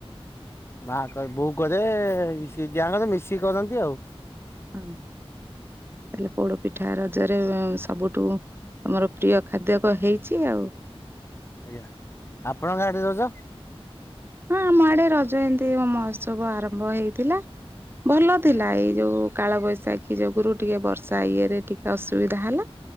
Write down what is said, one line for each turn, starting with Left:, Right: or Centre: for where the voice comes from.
Left: ମା କର ବୋଉ କରେ <unintelligible> ମିଶିକି କରନ୍ତି ଆଉ।
Right: ହଁ ତାହେଲେ ପୋଡ ପିଠା ରଜରେ ସବୁଠୁ। ତମର ପ୍ରିୟ ଖାଦ୍ୟ କ ହେଇଛି ଆଉ।
Left: ଆଜ୍ଞା ଆପଣଙ୍କ ଆଡେ ରଜ
Right: ହଁ ଆମ ଆଡେ ରଜ ଏମିତି ମହୋତ୍ସବ ଆରମ୍ଭ ହେଇଥିଲା ଭଲ
Left: ଆଜ୍ଞା
Right: ଥିଲା ଏଇ ଯଉ କାଳବୈଶାଖୀ ଯୋଗୁରୁ ଟିକେ ବର୍ଷା ଇଏରେ ଟିକେ ଅସୁବିଧା ହେଲା